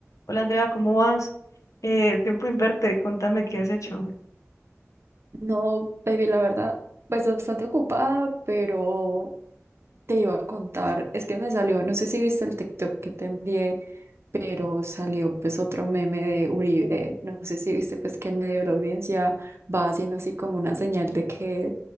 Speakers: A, on the left; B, on the right.
A: Hola Andrea, ¿cómo vas? Eh, tiempo inverte, contame qué has hecho.
B: No, baby, la verdad, pues bastante ocupada, pero te iba a contar, es que me salió, no sé si viste el TikTok que te envié, pero salió pues otro meme de Uribe, no sé si viste pues que en medio de la audiencia va haciendo así como una señal de que